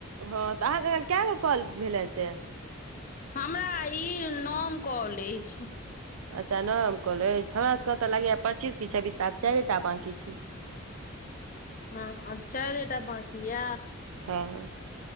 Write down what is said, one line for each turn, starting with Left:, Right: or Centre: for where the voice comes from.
Right: हँ तऽ अहाँके अखन कैगो कॉल भेले से
Left: हमरा ई नौम कॉल अछि
Right: अच्छा नौम कॉल अछि हमरा सबके तऽ लागैये पच्चीस की छब्बीस टा आब चाइरेटा बांकी छै
Left: हँ आ चाइरेटा बाँकि ये
Right: हँ